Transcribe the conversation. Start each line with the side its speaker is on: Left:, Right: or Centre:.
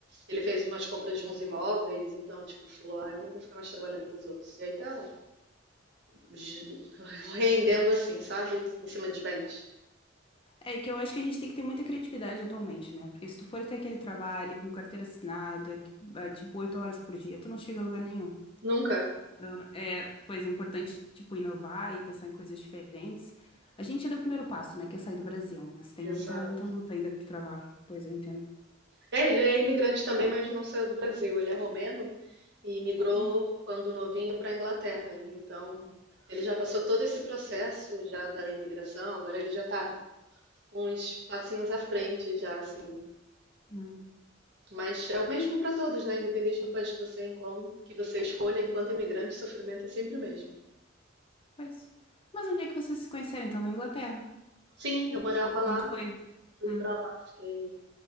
Right: ele fez umas compras de uns imóveis, então, tipo, falou: Ah, eu não vou ficar mais trabalhando para os outros. E aí tá j- rendendo assim, sabe? Em cima de bens.
Left: É que eu acho que a gente tem que ter muita criatividade atualmente, né? Porque se tu for ter aquele trabalho com carteira assinada, que- é, tipo, oito horas por dia, tu não chega a lugar nenhum.
Right: Nunca.
Left: Então, É, pois é importante, tipo, inovar e pensar em coisas diferentes. A gente já deu o primeiro passo, né, que é sair do Brasil, mas tem
Right: Exato.
Left: muita, muita luta ainda por travar. Pois eu entendo.
Right: É, É, ele é imigrante também, mas não saiu do Brasil. Ele é romeno e migrou
Left: Hum,
Right: quando novinho para a Inglaterra. Então, ele já passou todo esse processo já da imigração, agora ele já está uns passinhos à frente já, assim.
Left: hum,
Right: Mas é o mesmo para todos, né? Independente do país que você encontra, que você escolha, enquanto imigrante, o sofrimento é sempre o mesmo.
Left: pois. Mas onde é que vocês se conheceram, então? Na Inglaterra?
Right: Sim, eu morava lá,
Left: Quando foi?
Right: fui
Left: Hum,
Right: para lá, fiquei